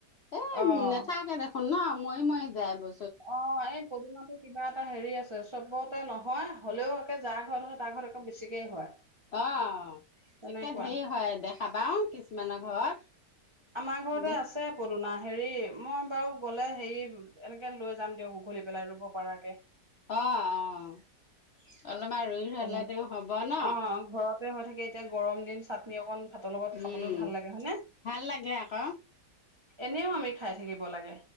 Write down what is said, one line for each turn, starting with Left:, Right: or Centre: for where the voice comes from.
Left: এ
Right: অ',
Left: নাথাকে দেখোন ন' মৰি মৰি যাই বো
Right: অ', এই পদমটো কিবা। এটা হেৰি আছে চবতে নহয় হ'লেও একে যাৰ ঘৰত হয় তাৰ ঘৰত একৌ বেছিকেই হয়।
Left: অ',
Right: তেনেকুৱা
Left: একে ধেৰি হয় দেখা পাও কিছুমানৰ ঘৰত
Right: আমাৰ ঘৰতে
Left: দে
Right: আছে পদুনা হেৰি। মই বাৰু গ'লে হেৰি এনেকে লৈ যাম দিয়ক উঘলি পেলাই ৰুব পাৰকে।
Left: অ', অ'। অলপমান ৰুই থলে
Right: তেনে অ',
Left: তেওঁ হ'ব ন
Right: ঘৰতে হয় থাকে এতিয়া গৰম দিন চাটনি অকন ভাতৰ লগত খাই।
Left: উম
Right: খাবলৈও ভাল লাগে হয় নে।
Left: ভাল লাগে আক'।
Right: এনেও আমি খাই থাকিব লাগে।